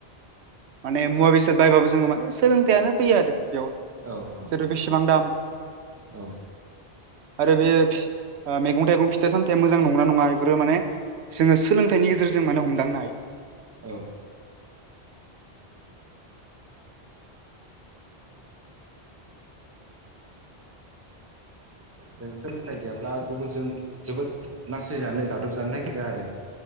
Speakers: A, on the right (about 85°); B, on the right (about 15°).
A: माने मुवा बेसाद बायबाबो जोङो माने सोलोंथायानो फैयो आरो बेयाव
B: औ औ
A: बेसिबां दाम
B: औ
A: आरो बे मैगं थाइगं फिथा सामथाया मोजां नंगौ ना नङा बेफोरो माने जोङो सोलोंथाइनि गेजेरजों माने हमदांनो हायो
B: औ जों सोलोंथाइ गैयाब्ला गुबुनजों जोबोद नासयजानो गादबजानो नागिरो आरो